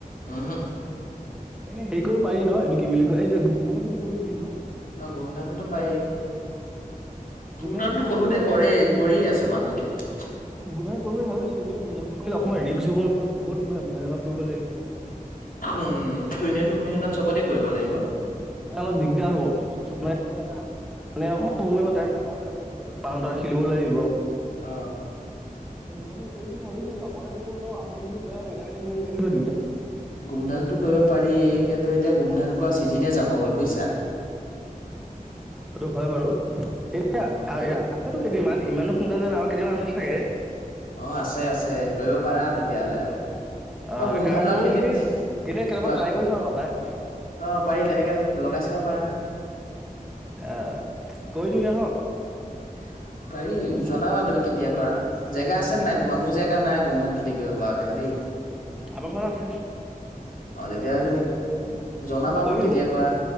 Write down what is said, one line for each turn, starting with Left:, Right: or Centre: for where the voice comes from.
Left: উমহো
Centre: এনে সে কৰিব পাৰি ন এইটো কি বুলি কয় এই যে গোম ধানৰ খেতি কৰিব পাৰি ন।
Left: অ গোমধানোতো পাৰি। সটানতো
Centre: গোমধান খেতিটো কৰিম
Left: বহুতে
Centre: বুলি ভাবি
Left: কৰেই কৰিয়ে আছে মানুহে খেতি।
Centre: গোমধান কৰিম বুলি ভাবিছিলো কিন্তু গোমধান অকণমান ৰিস্ক বহুত মেহনত কৰিব লাগিব।
Left: উম এনেতো মেহনত চবতে কৰিব লাগিব
Centre: মানে অলপ দিগদাৰ হব মানে। কিয় জানা মানে অ মই ইমান টাইম নাপাওঁ যে আকৌ ফটক মানুহত ৰাখি লব লাগিব।
Left: অ
Centre: দুমানক কৰিম বুলি ভাবিছিলো আপালৈ কৰিব নোৱাৰো আপুনি যদি কয় মিলাই মিলি কৰিব পাৰিলি নহয় দুইটাই।
Left: গোমধানতটো কৰিব পাৰি কিন্তু এতিয়া গোমধান কৰা চিজিনে যাব হ'ল বুজিছা।
Centre: সেইটো হয় বাৰু এতিয়া আছে টো কেইদিনমান ইমানো সোনকালে আৰু কেইদিন মান আছে চাগে।
Left: অ আছে আছে কৰিব পাৰা তেতিয়াহলে।
Centre: অ আৰু
Left: গোমধানৰ
Centre: কাম কৰো
Left: খেতিত
Centre: নেকি এনে কেইটামান
Left: কোৱা
Centre: ট্ৰাই কৰি চাও লগাই।
Left: অ পাৰি তেনেকে লগাই চাব পাৰা।
Centre: আহ কৈ দিওঁ আহক।
Left: অ। পাৰি মোক জনাবা তুমি কেতিয়া কৰা জেগা আছে ন নাই তোমাৰ মোৰ জেগা নাই গোমধান খেতি কৰিব কাৰনে দেই।
Centre: আমাৰ ফালে আছে
Left: অ তেতিয়াহলে তুমি জনাবা
Centre: কৰি
Left: মোক কেতিয়া
Centre: দিওঁ
Left: কৰা